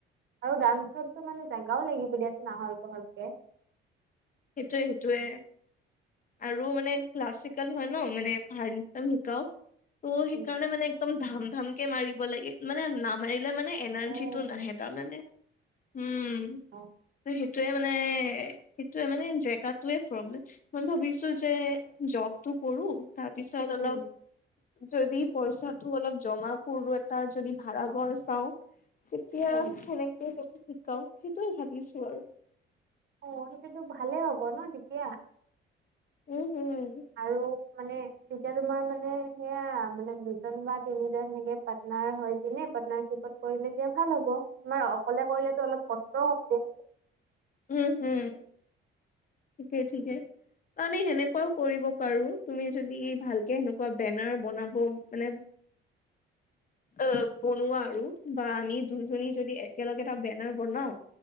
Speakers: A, on the right; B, on the left.
A: আৰু ডান্সৰটো মানে জেগাও লাগিব দিয়াচুন আহল বহলকে।
B: সেইটোৱে সেইটোৱে। আৰু মানে ক্লাছিকেল হয় ন' মানে ভালকে শিকাও। ত'
A: উম,
B: সেইকাৰণে মানে একদম ধাম ধাম কে মাৰিব লাগে মানে নামাৰি লে মানে এনৰ্জিটো
A: অ',
B: নাহে তাৰমানে, হুম।
A: অ'।
B: ত' সেইটোৱে মানে সেইটোয়ে মানে জেগাটোয়ে প্ৰব্লেম। মই ভাবিছোঁ যে জবটো কৰো তাৰপিছত অলপ
A: উম,
B: যদি পইচাটো অলপ জমা কৰোঁ, এটা যদি ভাড়াঘৰ চাওঁ। তেতিয়া
A: উম,
B: সেনেকে যদি শিকাও সেইটোৱে ভাবিছোঁ আৰু।
A: অ' সেইটোতো ভালে হ'ব ন' তেতিয়া।
B: উম, উম।
A: আৰু মানে তেতিয়া তোমাৰ মানে সেয়া মানে দুজন বা তিনিজন সেনেকে পাৰ্টনাৰ হয় পিনে পাৰ্টনাৰ গ্ৰুপত কৰিলে তেতিয়া ভাল হ'ব, তোমাৰ অকলে কৰিলেতো অলপ কষ্টও হ'ব।
B: হুম, হুম, ঠিকেই
A: হ'ব।
B: ঠিকেই। আমি সেনেকুৱাও কৰিব পাৰো, তুমি যদি ভালকে সেনেকুৱা বেনাৰ বনাব মানে অ' বনোৱা আৰু বা আমি দুইজনী যদি একেলগে এটা বেনাৰ বনাও